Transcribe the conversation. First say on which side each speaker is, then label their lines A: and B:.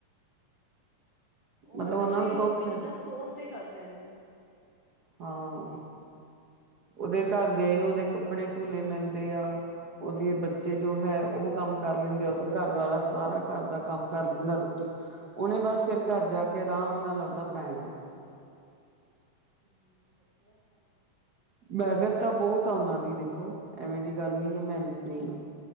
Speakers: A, on the right; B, on the right.
A: ਉਹ
B: ਮਤਲਬ
A: ਮਤ
B: ਉਹਨਾਂ
A: ਕਈ
B: ਨੂੰ
A: ਲੋਕ
B: ਸੁੱਖ
A: ਬਿਜਨਸ
B: ਹੈ
A: ਤੋੜ ਤੇ ਕਰ ਰਹੇ ਨੇ
B: ਹਾਂ ਉਹਦੇ ਘਰ ਗਏ ਨੂੰ ਉਹਦੇ ਕੱਪੜੇ ਧੁਲੇ ਮਿਲਦੇ ਆ ਓਹਦੇ ਬੱਚੇ ਜੋ ਹੈ ਓਹ ਕੰਮ ਕਰ ਲੈਂਦੇ, ਓਹਦਾ ਘਰ ਵਾਲਾ ਸਾਰਾ ਘਰ ਦਾ ਕੰਮ ਕਰ ਲੈਂਦਾ ਰੋਟੀ ਓਹਨੇ ਬਸ ਫਿਰ ਘਰ ਜਾ ਕੇ ਆਰਾਮ ਨਾਲ ਆਪਦਾ ਪੈਣਾ,
A: ਹਮ ਵਧੀਆ ਕੰਮ
B: ਮੈਂਹਨਤ ਤਾ ਬੋਤ ਆ ਓਹਨਾਂ ਦੀ ਦੇਖੋ, ਐਵੇਂ ਦੀ ਗੱਲ ਨਈ ਐ, ਮੈਹਨਤ ਨਈ ਐ,